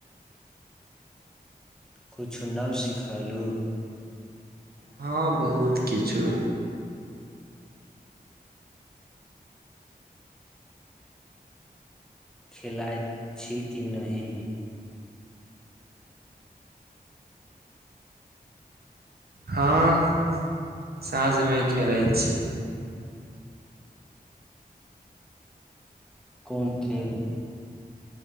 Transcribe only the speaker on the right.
हँ बहुत किछु
हँ साँझ मे खेलैत छी।